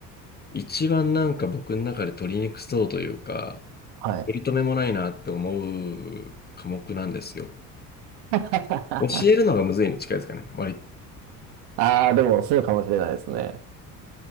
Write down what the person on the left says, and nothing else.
一番なんか僕の中で取りにくそうというか、
取り留めもないなって思う科目なんですよ。
教えるのがむずいに近いですかね、割と。